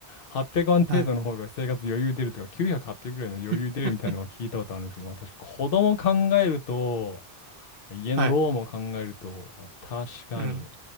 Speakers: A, on the left; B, on the right.
A: 800万程度の方が生活余裕出るとか、
B: はい。
A: 900、800ぐらいの余裕出るみたいなのを聞いたことあるんですけど、
B: <laughs>
A: まあ私子供考えると、家のローンも考えると、
B: はい。
A: まあ、確かに、
B: うん。